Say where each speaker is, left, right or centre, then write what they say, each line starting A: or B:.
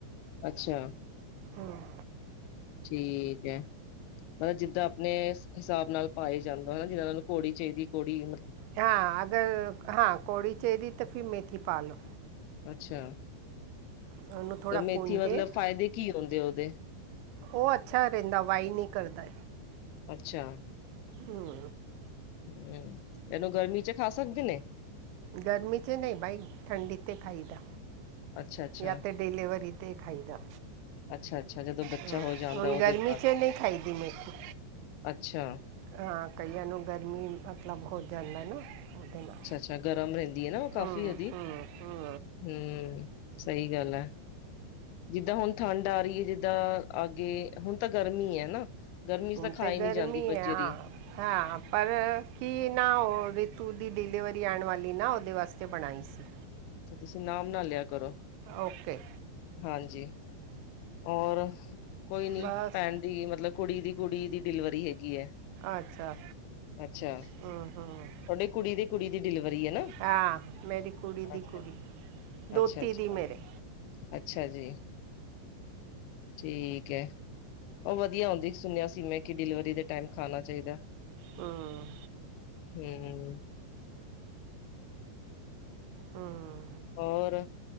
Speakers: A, on the left; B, on the right.
A: ਅੱਛਾ
B: ਹਮ
A: ਠੀਕ ਹੈ ਮਤਲਬ ਜਿੱਦਾਂ ਆਪਣੇ ਹਿਸਾਬ ਨਾਲ ਪਾਏ ਜਾਂਦਾ ਹੈਨਾ ਜਿਹਨਾਂ ਨੂੰ ਕੋੜੀ ਚਾਹੀਦੀ ਕੋੜੀ
B: ਹਾਂ ਅਗਰ ਹਾਂ ਕੌੜੀ ਚਾਹੀਦੀ ਤਾਂ ਫਿਰ ਮੇਥੀ ਪਾ ਲਓ
A: ਅੱਛਾ
B: ਉਹਨੂੰ ਥੋੜਾ
A: ਮੇਥੀ
B: ਭੁੰਨ
A: ਮਤਲਬ
B: ਕੇ
A: ਫਾਇਦੇ ਕੀ ਹੁੰਦੇ ਉਹਦੇ
B: ਉਹ ਅੱਛਾ ਰਹਿੰਦਾ ਵਾਈ ਨਹੀਂ ਕਰਦਾ
A: ਅੱਛਾ
B: ਹਮ
A: ਹਮ ਇਹਨੂੰ ਗਰਮੀ ਚ ਖਾ ਸਕਦੇ ਨੇ
B: ਗਰਮੀ ਚ ਨਹੀਂ ਭਾਈ ਠੰਡੀ ਤੇ ਖਾਈਦਾ
A: ਅੱਛਾ-ਅੱਛਾ,
B: ਯਾ ਤੇ ਡਿਲੀਵਰੀ 'ਤੇ ਖਾਈਦਾ
A: ਅੱਛਾ-ਅੱਛਾ ਜਦੋਂ ਬੱਚਾ
B: ਹਮ
A: ਹੋ ਜਾਂਦਾ
B: ਹੁਣ
A: ਉਹਦੇ
B: ਗਰਮੀ
A: ਬਾਅਦ
B: ਚ ਨਹੀਂ ਖਾਈਦੀ ਮੇਥੀ
A: ਅੱਛਾ।
B: ਹਾਂ ਕਈਆਂ ਨੂੰ ਗਰਮੀ ਮਤਲਬ ਹੋ ਜਾਂਦਾ ਨਾ ਉਹਦੇ ਨਾਲ
A: ਅੱਛਾ, ਗਰਮ ਰੈੰਦੀ ਏ ਨਾ ਔ
B: ਹੂੰ
A: ਕਾਫ਼ੀ ਓਦੀ।
B: ਹੂੰ ਹੂੰ।
A: ਹੂੰ, ਸਹੀ ਗੱਲ ਐ ਜਿੱਦਾਂ ਹੁਣ ਠੰਡ ਆ ਰੀ ਐ ਜਿੱਦਾਂ ਅਗੇ, ਹੁਣ ਤਾਂ ਗਰਮੀ ਐ ਨਾ। ਗਰਮੀ
B: ਹੁਣ
A: ਚ ਤਾਂ ਖਾਏ
B: ਤੇ ਗਰਮੀ
A: ਨੀ ਜਾਂਦੀ ਬੱਜਰੀ।
B: ਹੈ ਹਾਂ ਹਾਂ, ਪਰ ਕੀ ਨਾ ਓਹ ਰਿਤੂ ਦੀ ਡਿਲੀਵਰੀ ਆਣ ਵਾਲੀ ਨਾ ਔਦੇ ਵਾਸਤੇ ਬਣਾਈ ਸੀ।
A: ਅੱਛਾ, ਤੁਸੀਂ ਨਾਮ ਨਾ ਲਿਆ ਕਰੋ
B: ਓਕੇ।
A: ਹਾਂਜੀ, ਔਰ ਕੋਈ ਨੀ
B: ਬਸ
A: ਪੈਣ ਦੀ ਮਤਲਬ ਕੁੜੀ ਦੀ ਕੁੜੀ ਦੀ ਡਿਲੀਵਰੀ ਹੈਗੀ ਐਂ।
B: ਅੱਛਾ।
A: ਅੱਛਾ।
B: ਹੂੰ-ਹੂੰ।
A: ਤੁਹਾਡੀ ਕੁੜੀ ਦੀ ਕੁੜੀ ਦੀ ਡਲੀਵਰੀ ਐ ਨਾ,
B: ਹਾਂ ਮੇਰੀ ਕੁੜੀ ਦੀ
A: ਅੱਛਾ।
B: ਕੁੜੀ ਦੋਤੀ
A: ਅੱਛਾ-ਅੱਛਾ,
B: ਦੀ ਮੇਰੇ
A: ਅੱਛਾ ਜੀ। ਠੀਕ ਹੈ, ਓਹ ਵਧੀਆ ਹੁੰਦੀ ਸੁਣਿਆ ਸੀ ਮੈਂ, ਕਿ ਡਿਲੀਵਰੀ ਦੇ ਟੈਮ ਖਾਣਾ ਚਾਈਦੈ।
B: ਹੂੰ।
A: ਹੂੰ।
B: ਹੂੰ।
A: ਹੋਰ